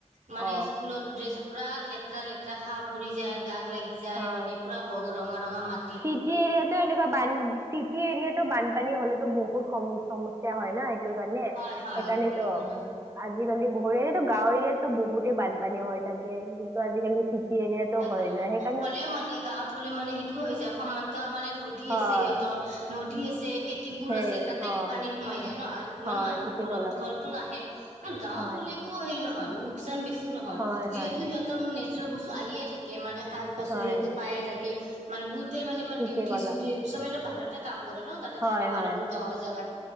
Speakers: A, on the right; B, on the right.
A: মানে
B: অ
A: স্কুলত ড্ৰেছ পুৰা লেতেৰা লেতেৰা শাও পৰি যায়। দাগ লাগি যায়
B: হয়
A: মানে পুৰা ৰঙা ৰঙা মা
B: চিটি এৰিয়াতটো এনেকুৱা বান, চিটি এৰিয়াত বানপানী হলেতো বহুত সমস্যা হয় না। সেইটোকাৰণে
A: হয় হয়
B: সেইকাৰণে
A: ঠিকে
B: ত
A: ক'লা।
B: আজিকালি বহুত এইতো গাঁও এৰিয়াতটো বহুতে বানপানী হৈ থাকে কিন্তু আজিকালি চিটি এৰিয়াতো
A: হয়
B: হৈ
A: গাঁৱতো
B: যায় সেইকাৰণে
A: হ'লেও মানে গাঁৱত হ'লে মানে সেইটো হৈ যায় সমান ত মানে নদী
B: হয়
A: আছে সিহঁতৰ নদী আছে। বোৰ
B: সেই
A: আছে তাতে
B: হয়
A: পানী সোমাই যায় ন আৰু ইমান
B: হয়
A: মানুহ
B: ঠিকে
A: ঘৰত
B: ক'লা
A: ঘৰতো ন হে। আৰু গাঁৱত
B: হয়
A: হলে একো হেৰি নহয়। লোকচান বেছি নহয়
B: হয়
A: যিহেতু
B: হয়
A: সিহঁতৰ নে বস্তু আহিয়ে থাকে মানে শাক-পাচলি
B: হয়
A: সিহঁতে পাইয়ে থাকে। মানে বহু তেই মানে ইম
B: ঠিকে
A: ডিউটি
B: ক'লা
A: চিউটি ছবেইটো বাহিৰতে কাম কৰে ন। তাতে
B: হয়
A: থাকা মানুহবোৰ
B: হয়
A: গাঁৱৰ জাগাত,